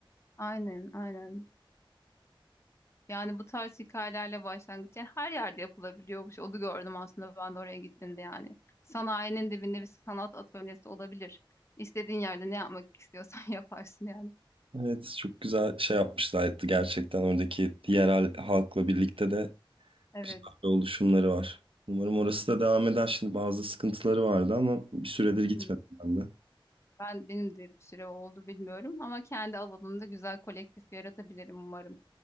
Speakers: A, on the left; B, on the right.
A: Aynen, aynen. Yani bu tarz hikayelerle başlangıç yani her yerde yapılabiliyormuş. Onu gördüm aslında ben de oraya gittiğimde yani. Sanayinin dibinde bir sanat atölyesi olabilir. İstediğin yerde ne yapmak istiyorsan <laughs> yaparsın yani.
B: Evet çok güzel şey yapmışlardı gerçekten oradaki yerel halkla birlikte de
A: Evet.
B: güzel oluşumları var. Umarım orası da devam eder. Şimdi bazı sıkıntıları vardı ama bir süredir gitmedim
A: Hmm.
B: ben de.
A: Ben benim de bir süre oldu bilmiyorum ama kendi alanımda güzel kolektif yaratabilirim umarım.